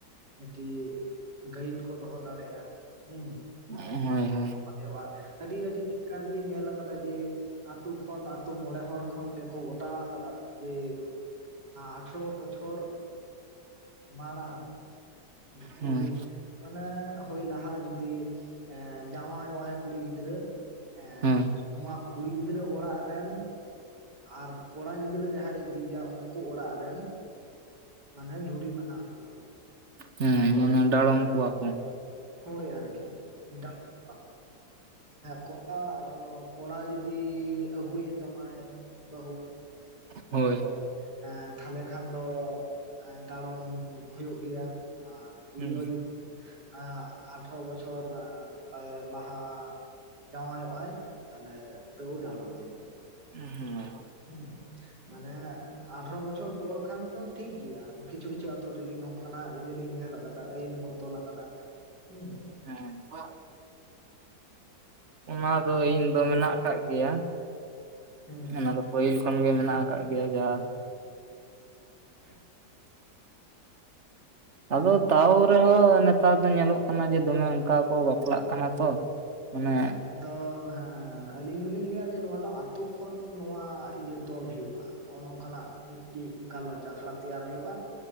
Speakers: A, on the right; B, on the right.
A: ᱢᱤᱫᱴᱤᱡ ᱜᱟᱹᱭᱤᱰ ᱠᱚ ᱫᱚᱦᱚ ᱫᱟᱲᱮᱭᱟᱜᱼᱟ, ᱦᱩᱸ ᱾
B: ᱦᱳᱭ ᱦᱳᱭ ᱾
A: ᱦᱩᱭᱩᱜᱼᱟ, ᱟᱹᱰᱤ ᱟᱹᱰᱤ ᱡᱟᱭᱜᱟ ᱨᱮ ᱞᱤᱧ ᱧᱮᱞ ᱟᱠᱟᱫᱟ ᱡᱮ, ᱟᱛᱳ ᱠᱷᱚᱱ ᱟᱛᱳ ᱢᱚᱬᱮ ᱦᱚᱲ ᱠᱷᱚᱱ ᱜᱮᱠᱚ ᱜᱚᱴᱟ ᱟᱠᱟᱫᱟ ᱡᱮ, ᱟᱴᱷᱟᱨᱚ ᱵᱚᱪᱷᱚᱨ ᱢᱟᱲᱟᱟᱝ ᱡᱤ
B: ᱦᱳᱭ
A: ᱢᱟᱱᱮ ᱦᱳᱭ ᱞᱟᱦᱟ ᱡᱩᱫᱤ ᱮ ᱡᱟᱶᱟᱭᱚᱜᱟᱭ ᱠᱩᱲᱤ ᱜᱤᱫᱽᱨᱟᱹ ᱮᱸ
B: ᱦᱳᱭ
A: ᱱᱚᱶᱟ ᱠᱩᱲᱤ ᱜᱤᱫᱽᱨᱟᱹ ᱚᱲᱟᱜ ᱨᱮᱱ, ᱟᱨ ᱠᱚᱲᱟ ᱜᱤᱫᱽᱨᱟᱹ ᱡᱟᱦᱟᱸᱭ ᱤᱫᱤᱭᱮᱭᱟ ᱩᱱᱠᱩ ᱚᱲᱟᱜ ᱨᱮᱱ, ᱢᱟᱱᱮ ᱡᱩᱨᱤᱢᱟᱱᱟ ᱦᱩᱭᱩᱜᱼᱟ
B: ᱦᱮᱸ, ᱢᱟᱱᱮ ᱰᱟᱲᱚᱢ ᱠᱚᱣᱟ ᱠᱚ ᱾
A: ᱦᱳᱭ ᱟᱨᱠᱤ, ᱰᱟᱲᱚᱢ ᱠᱚᱣᱟ ᱠᱚ ᱾ ᱠᱚᱲᱟ ᱡᱩᱫᱤ ᱟᱜᱩᱭᱮ ᱛᱟᱢᱟᱭ ᱵᱟᱹᱦᱩ,
B: ᱦᱳᱭ
A: ᱫᱚ ᱛᱟᱦᱚᱞᱮ ᱠᱷᱟᱱ ᱫᱚ ᱰᱟᱲᱚᱢ ᱦᱩᱭᱩᱜ ᱜᱮᱭᱟ ᱟᱨ ᱠᱩᱲᱤ
B: ᱦᱮᱸ
A: ᱦᱚᱸ ᱡᱩᱫᱤ ᱮ ᱟᱴᱷᱨᱚ ᱵᱚᱪᱷᱚᱨ ᱛᱟᱭ ᱞᱟᱦᱟ, ᱡᱟᱶᱚᱜᱼᱟᱭ, ᱛᱟᱦᱚᱞᱮ ᱛᱟᱹᱣ ᱰᱟᱲᱚᱢ ᱦᱩᱭᱩᱜᱼᱟ ᱾
B: ᱦᱩᱸ ᱾
A: ᱦᱩᱸ ᱢᱟᱱᱮ ᱟᱨ ᱟᱴᱷᱟᱨᱚ ᱵᱚᱪᱷᱚᱨ ᱯᱚᱨ ᱠᱷᱟᱱ ᱫᱚ ᱴᱷᱤᱠ ᱜᱮᱭᱟ, ᱠᱤᱪᱷᱩ ᱠᱤᱪᱷᱩ ᱟᱛᱳ ᱨᱮ ᱞᱤᱧ ᱱᱚᱝᱠᱟᱱᱟᱜ ᱤᱭᱟᱹ ᱞᱤᱧ ᱧᱮᱞ ᱟᱠᱟᱫᱟ ᱟᱹᱭᱤᱱ ᱠᱚ ᱛᱚᱞ ᱟᱠᱟᱫᱟ ᱾ ᱦᱮᱸ ᱾
B: ᱦᱮᱸ ᱾ ᱚᱱᱟ ᱫᱚ ᱤᱱ ᱫᱚ ᱢᱮᱱᱟᱜ ᱟᱠᱟᱫ ᱜᱮᱭᱟ
A: ᱦᱮᱸ
B: ᱚᱱᱟ
A: ᱦᱮᱸ
B: ᱫᱚ ᱯᱟᱹᱦᱤᱞ ᱠᱷᱚᱱ ᱜᱮ ᱢᱮᱱᱟᱜ ᱟᱠ ᱾ ᱜᱮ <unintelligible> ᱡ <unintelligible> ᱟᱨ ᱟᱫᱚ ᱛᱟᱣ ᱨᱮᱦᱚᱸ ᱱᱮᱛᱟᱨ ᱫᱚ ᱧᱮᱞᱚᱜ ᱠᱟᱱᱟ ᱡᱮ ᱫᱚᱢᱮ ᱚᱱᱠᱟ ᱠᱚ ᱵᱟᱯᱞᱟᱜ ᱠᱟᱱᱟ ᱛᱚ ᱢᱟᱱᱮ
A: ᱟᱫᱚ ᱦᱮᱸ ᱟᱹᱞᱤᱧ ᱫᱚᱞᱤᱧ ᱞᱟᱹᱭᱟ ᱡᱮ ᱱᱚᱣᱟ ᱫᱚ ᱟᱛᱳ ᱠᱷᱚᱱ ᱱᱚᱣᱟ ᱤᱭᱟᱹ ᱛᱚᱞ ᱦᱩᱭᱩᱜᱼᱟ ᱦᱚ ᱱᱝᱠᱟᱱᱟᱜ ᱢᱤᱫᱴᱤᱡ ᱜᱟᱞᱚᱪ ᱟᱠᱷᱲᱟ ᱛᱮᱭᱟᱨ ᱦᱩᱭᱩᱜᱼᱟ